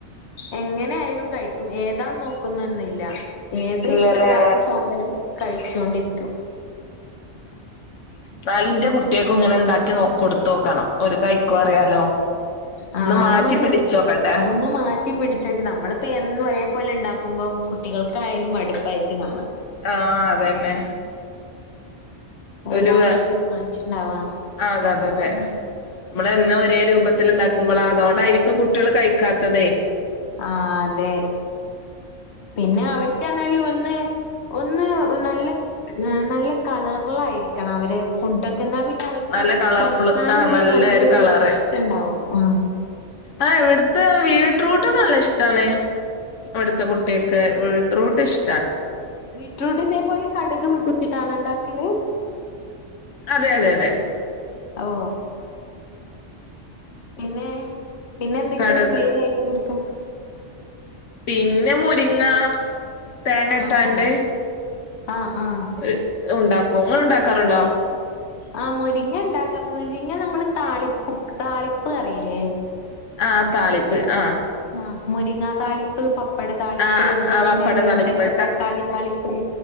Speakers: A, on the left; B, on the left.
A: എങ്ങനെയാലും കഴിക്കും ഏ ഇതാൻ നോക്കുന്നു എന്നില്ല ഏത്
B: ഇല്ലല്ലേ
A: ഇഷ്ടല്ലാത്ത സാധ നൊംകഴിച്ചോണ്ടിരിക്കും
B: ന്നാൾ ഇന്റെ കു ട്ട്യേക്കും ഇങ്ങനെ ഇണ്ടാക്കി നോ കൊടുത്ത് നോക്കണം ഒരു കഴിക്കോ അറിയാലോ
A: ആ
B: മാറ്റി
A: ഒന്ന് ഒന്നും
B: പിടിച്ചോക്കട്ടെ
A: ഒന്ന് മാറ്റി പിടിച്ചേക്ക് നമ്മളപ്പോ എന്നും ഒരേ പോലെ ഇണ്ടാക് ക്കുമ്പം കുട്ടികൾക്കായാലും മടുപ്പായിരിക്കും ന
B: ആ അതന്നെ
A: എല്ലാത്തിലും
B: ഒരു അ
A: ഒരു മാറ്റണ്ടാവാ.
B: അതെ അതെ അതെ നമ്മള് എന്നും ഒ തേ രൂപത്തിൽ ഉണ്ടാക്കുമ്പോള അതോണ്ടായിരിക്കും കുട്ട്യേൾ കഴിക്കാത്തതെ
A: ആഹ് അതെ പിന്നെ അവർക്ക് റഞ്ഞാൽ ഒന്ന് ഒന്ന് നല്ല നല്ല കളറ്ലായിരിക്കണം അവര് ഫുഡ് ക്കെന്ന പിന്നെ അവർക്ക്
B: നല്ല കളർഫുള്
A: കഴിക്കാൻ
B: ആഹ്
A: ഒരു
B: നല്ല
A: നല്ലൊരു
B: കളറ്
A: ഇഷ്ടണ്ടാവും ആ
B: ആഹ് ഇവിടത്തെ ബീറ്റ്‌റൂട്ട് നല്ല ഇഷ്ടാണ് വെട്ത്ത കുട്ട്യേൾക്ക്‌ ഉം റൂട്ട് ഇഷ്ട
A: ബീട്രൂട്ട് ഇതേപോലെ കട്ക് <unintelligible> ടും വച്ചിട്ടാണൊണ്ടാക്കല്
B: അതെ അതെ അതെ
A: ഓ പിന്നെ പിന്നെ എന്തൊക്കെയ
B: കടക്
A: ഉപ്പേര്യായിട്ട് കൊട് കും
B: പിന്നെ മുരിങ്ങ തേങ്ങട്ടാണ്ട്
A: ആഹ് ആഹ് ആഹ് ആഹ്
B: ഇ ഉണ്ടാക്കും ഇങ്ങൾ ഉണ്ടാ ക്കറുണ്ടോ
A: ആ മുരിങ്ങണ്ട ല്ല മുരിങ്ങ നമ്മള് താളിപ്പും താളിപ്പ് അറീല്ലേ
B: ആ താളിപ്പ് ആ
A: ആ മുരിങ്ങാ താളിപ്പ് പപ്പട താളിപ്പ്
B: ആഹ്
A: അതുപോലെ
B: ആഹ് പപ്പട
A: തന്നെ വെണ്ടക്ക
B: താളിപ്പ്
A: തക്കാളി താളിപ്പ്